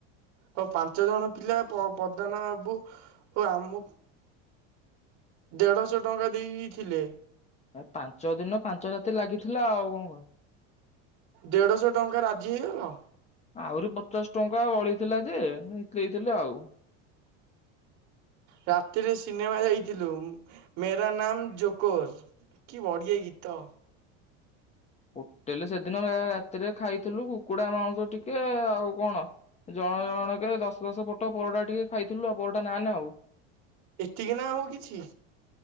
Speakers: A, on the right; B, on the left.
A: ହ ପାଞ୍ଚ ଜଣ ପିଲା ପ୍ରଦାନ ହେବୁ ଓ ଆମ ଦେଢଶହ ଟଙ୍କା ଦେଇଥିଲେ।
B: ଏ ପାଞ୍ଚ ଦିନ ପାଞ୍ଚ ରାତି ଲାଗିଥିଲା ଆଉ କଣ କ।
A: ଦେଢଶହ ଟଙ୍କା ରାଜି ହେଇଗଲ।
B: ଆହୁରି ପଚାଶ ଟଙ୍କା ବଳିେଇଥିଲା ଯେ ଦେଇଥିଲେ ଆଉ।
A: ରାତିରେ ସିନେମା ଯାଇଥିଲୁ ମେରା ନାମ ଜୋକର କି ବଢିଆ ଗୀତ।
B: ହୋଟେଲ ସେଦିନ ରାତିରେ ଖାଇଥିଲୁ। କୁକୁଡା ମାଉସ ଟିକେ ଆଉ କଣ ଜଣ ଜଣ କେ ଦଶ ଦଶ ପଟ ପରଟା ଟିକେ ଖାଇଥିଲୁ ଆଉ ପରଟା ନାାନେ ଆଉ।
A: ଏତିକି ନା ହଉ କିଛି।